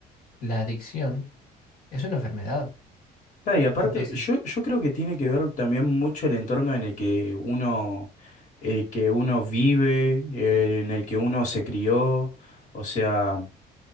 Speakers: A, on the left; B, on the left.
A: la adicción es una enfermedad.
B: Claro, y aparte,
A: Entonces,
B: yo, yo creo que tiene que ver también mucho el entorno en el que uno, eh, que uno vive, eh, en el que uno se crió. O sea,